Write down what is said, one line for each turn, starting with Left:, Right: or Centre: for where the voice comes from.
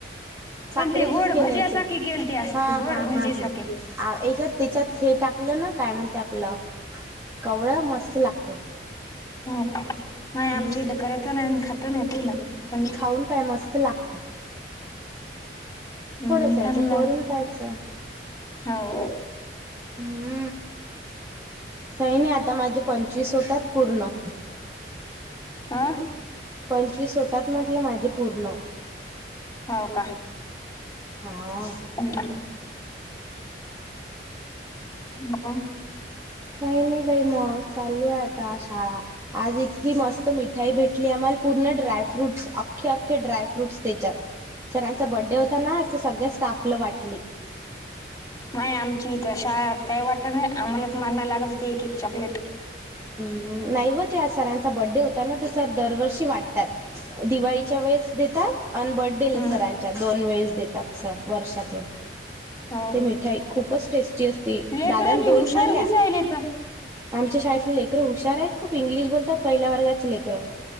Right: साखरेचेच
Left: पण ते गोड
Right: केले
Left: भज्यासारखे
Right: असेल,
Left: केलते अस
Right: हा
Left: गोड
Right: हा
Left: भजेसारखे.
Right: हा हा. आ एच्यात त्याच्यात हे टाकलं ना, काय म्हणते आपलं, कवळं मस्त लागते.
Left: हम्म हम्म, नाय
Right: हम्म
Left: आमच्या इथे करत ही नाही आणि खात माहिती नाही. कोणीच
Right: खाऊन पहाय मस्त लागतं.
Left: हम्म
Right: थोडसं याचं
Left: खाल्ला
Right: करून पाहायचं.
Left: हो
Right: हम्म काही नाही आता माझे पंचवीस होतात पूर्ण.
Left: हा
Right: पंचवीस होतात म्हटलं माझे पूर्ण.
Left: हो का?
Right: हा
Left: <inaudible> <unintelligible>
Right: काही नाही बाई मग, चालू आहे आता शाळा. आज इतकी मस्त मिठाई भेटली आम्हाला, पूर्ण ड्राय फ्रूट्स अख्खे अख्खे डाय फ्रूट्स त्याच्यात. सरांचा बड्डे होता ना आज, तर सगळ्या स्टाफला वाटली.
Left: माय आमची इथ शाळेत काय वाटत नाही, आम्हालाच मागण लागत होती एक एक चॉकलेट.
Right: हम्म, नाहीव ते आज सरांचा बड्डे होताना तर सर दरवर्षी वाटतात. दिवाळीच्या वेळेस देतात. अन बड्डेला
Left: हम्म
Right: सरांच्या, दोन वेळेस देतात सर वर्षातून.
Left: हो
Right: ते मिठाई खूपच टेस्टी असती,
Left: लेकर
Right: दादाने
Left: बी
Right: दोन
Left: हुशार
Right: खाल्ल्या.
Left: दिसायले तर
Right: आमच्या शाळेतली लेकरं हुशार आहेत, खूप इंग्लिश बोलतात पहिल्या वर्गाची लेकरं.